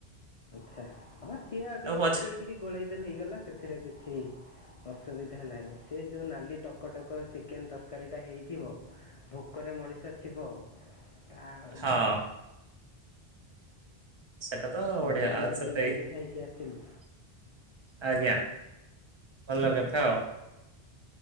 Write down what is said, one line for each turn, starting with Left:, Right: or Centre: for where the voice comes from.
Left: ଆଛା ହଁ ସିଏ ଆଉ
Right: ତାକୁ
Left: ଟିକେ
Right: ପଛେ
Left: ପକେଇକିରି ଗୋଳେଇ ଦେଲେ ହେଇଗଲା ସେଥିରେ କିଛି ଅସୁବିଧା ନାହିଁ ସେ ଯୋଉ ନାଲି ଟକଟକ ଚିକେନ ତରକାରୀ ଟା ହେଇଥିବ ଭୋକରେ ମଣିଷ ଥିବ ତା ଆଉ।
Right: ହଁ ସେଟା ତ ଓଡିଆ
Left: ବି ଏଇନା
Right: ଆଉ <unintelligible>
Left: ବିରିୟାନୀ ଖାଇକି ଆସିଲି
Right: ଆଜ୍ଞା। ଭଲ କଥା ଆଉ।